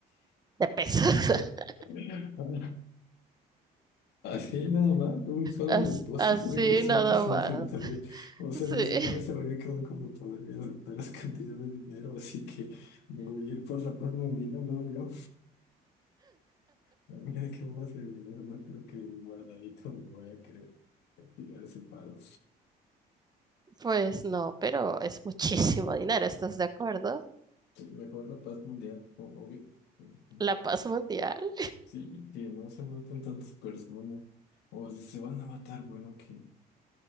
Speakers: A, on the right (about 25°); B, on the left (about 85°).
A: de pesos? <laughs>
B: <laughs> Ah, Así nada más, un solo
A: As-
B: depósito
A: Así
B: de que ciento
A: nada
B: cincuenta
A: más.
B: mil. O sea,
A: Sí,
B: ni siquiera sabría cómo, cómo podría adaptar las cantidades de dinero, así que me voy a ir por la paz mundial, no veo. Mira qué más de dinero, no creo que mi guardadito me voy a querer tirar ese paro.
A: pues no, pero es muchísimo dinero, ¿estás de acuerdo?
B: Sí, mejor la paz mundial, o- obvio. Ujú.
A: La paz mundial.
B: Sí, que no se maten tantas personas. O si se van a matar, bueno, que,